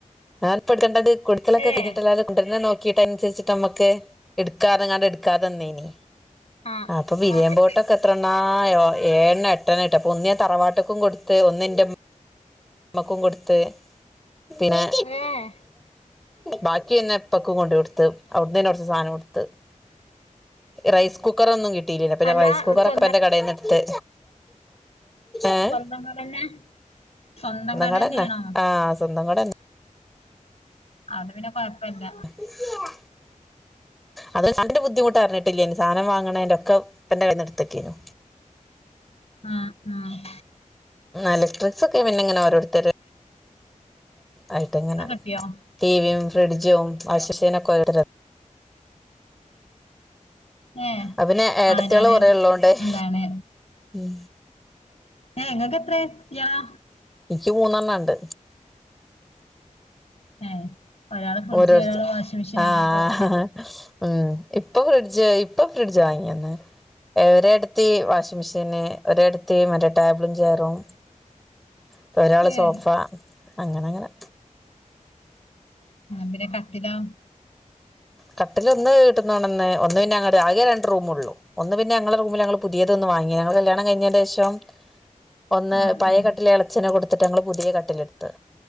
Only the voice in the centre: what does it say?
ഞാനിപ്പോ എടുക്കേണ്ടത് കൊടിക്കലൊക്കെ
കഴിഞ്ഞിട്ടല്ലാതെ കൊണ്ടരുന്ന നോ ക്കീട്ടൻസര്ച്ച്ട്ട മ്മക്ക് ഇട്ക്കാറ്ഞ്ങ്ങാണ്ട് ഇടട്ക്കാതെന്നീനി
അപ്പൊ ബിരിയേം പോട്ടൊക്കെ എത്രണ്ണാ എ എഴെണ്ണ എട്ട <unintelligible> ഇട്ട് അപ്പൊന്ന് ഞാ തറവാട്ട്ക്കും കൊടുത്ത് ഒന്നിന്റെ മ്മ മ്മക്കും കൊടുത്ത് പിന്നെ
ബാക്കിപിന്നെ ഇപ്പക്കും കൊണ്ട് കൊടുത്ത് അവിടുന്നേന്നെ കൊർച് സാനോം ട്ത്ത് റൈസ് കുക്കറൊന്നും കിട്ടിയില്ലേയ്നി അപ്പൊ ഞാൻ
റൈസ് കുക്കർ
ഒക്കെ ഇപ്പന്റെ കടേന്ന്ട്ത്ത് എഹ്
കട തന്നെ ആ സ്വന്തം കട
തന്നെ അത് സാനത്തിന്റെ ബുദ്ധിമട്ട് അറിഞ്ഞിട്ടില്ലേയ്നി സാധനം വാങ്ങണേന്റൊക്കെ പ്പന്റെ കയ്യിന്ന് ഇട്ത്തക്കേയ്നു
എലക്ട്രിക്സ് ഒക്കെ പിന്നെങ്ങനെ ഓരോരുത്തരു ആയിട്ട് അങ്ങനെ
ടി വിയും, ഫ്രിഡ്ജും വാഷ്ശീനൊക്കെ ഓരോ ര്ത്തര്
അ പിന്നെ ഏടത്തിയോള്
കുറേ ഇള്ളോണ്ടേയ്
ഉം
ഇക്ക് മൂന്നെണ്ണം ണ്ട്
ഓരോരുത്ത
ആഹ്
ഉം ഇപ്പ ഫ്രിഡ്ജ് ഇപ്പ ഫ്രിഡ്ജ് വാങ്ങിയന്ന് ഒരേടത്തി വാഷിംമെഷീന് ഒരേടത്തി മറ്റേ ടേബ്ളും ചേയ്റും പ്പൊ ഒരാള് സോഫ
അങ്ങനെ അങ്ങനെ
കട്ടിൽ ഒന്ന് വീട്ട് ന്നൊണന്ന് ഒന്ന് പിന്നെ ഞടെ ആകേ രണ്ട് റൂമൊള്ളൂ ഒന്ന് പിന്നെ ഞങ്ങളെ റൂമിലങ്ങള് പുതീതൊന്ന് വാങ്ങി ഞങ്ങളെ കല്യാണം കഴിഞ്ഞിന്റെഷം ഒന്ന്
പഴയ
കട്ടിലെള ച്ചന് കൊട്ത്തിട്ട് ഞങ്ങള് പുതിയ കട്ടിലെടുത്ത്